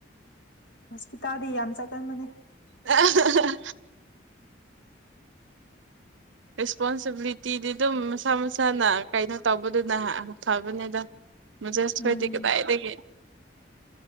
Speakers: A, on the left; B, on the right.
A: ꯍꯣꯁꯄꯤꯇꯥꯜꯗꯤ ꯌꯥꯝ ꯆꯠꯀꯟꯕꯅꯦ
B: ꯑ ꯍꯥ ꯑꯍꯥ ꯑꯍꯥ ꯔꯦꯁꯄꯣꯟꯁꯤꯕꯤꯂꯤꯇꯤꯗꯤ ꯑꯗꯨꯝ ꯃꯁꯥ ꯃꯁꯥꯅ ꯀꯩꯅꯣ ꯇꯧꯕꯗꯨꯅ ꯍꯥ ꯐꯕꯅꯤꯗ ꯃꯣꯖꯦꯏꯍꯣꯏꯗꯤ
A: ꯎꯝ
B: ꯀꯗꯥꯏꯗꯒꯤ